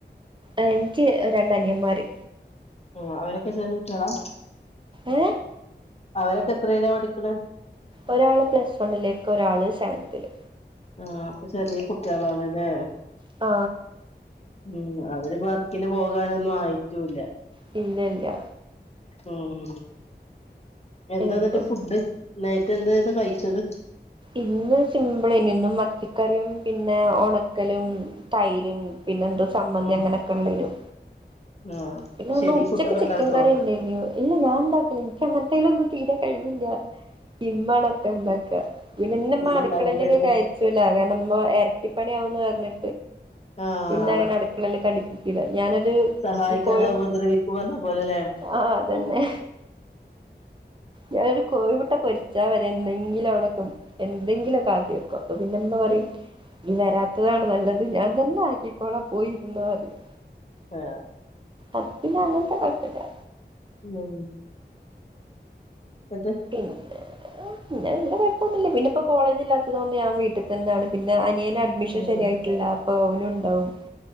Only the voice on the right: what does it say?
എനിക്ക് രണ്ടനിയന്മാര്
ഏ
ഒരാള് പ്ലസ് വണ്ണിലേക്ക് ഒരാള് സെവൻ ത്തില്
ആ
പിന്നല്ല
ഇപ്പം
ഇന്ന് സിമ്പിളേനി ഇന്നും മത്തിക്കറിയും പിന്നെ ഉണക്കലും തൈരും പിന്നെ എന്തോ സമ്മന്തി
അങ്ങനെയൊക്കെ ഉള്ളേനും
പിന്നെ ഒന്ന്
ഉച്ചക്ക്
ചിക്കൻ
കറി ഉണ്ടായിരുന്നു ഇല്ല ഞാൻ ഉണ്ടാക്കല എനിക്ക അങ്ങത്തേലുഒന്നും തീരെ കഴിവില്ല ഇമ്മാ ണൊക്കെ ഇണ്ടാകാ പിന്നെ ഇന്നെമ്മ
അടുക്കളയിലേക്ക്
കെയറ്റൂല കാരണംമ്മഎരട്ടിപ്പണിയ ആാവന്ന് പറഞ്ഞി
പിന്നെ അങ്ങനെ അടുക്കളയിലേക്ക ടുപ്പിക്കൂല ഞാനൊരു
കോഴുമു
ആഹ അതന്നെ
ഞാനൊരു കോഴിമുട്ട പൊരിച്ചാ വെ എന്തെങ്കിലും എന്തെങ്കിലുക്കെ ആക്കി ക്കും അപ്പൊ പിന്നെ ഇമ്മ പറയും വരാ അ താ നല്ലത് ഞാൻ തന്നെ ആക്കിക്കോള പോയിരുന്നോ അറിയു
അത് പിന്നെ അങ്ങൻത്തെ കോഴ്പ്പല്യാ
പിന്നെ പിന്നെ വല്ല കുഴപ്പമൊന്നുമില്ല പിന്ന ഇപ്പൊ കോളേജില്ലാത്തത് കൊണ്ട് ഞാൻ വീട്ടി തന്നാണ് പിന്നെ അനിയൻ അഡ്മിഷൻ
ശരിയായിട്ടില്ല അപ്പൊ ഓനും ഉണ്ടാവും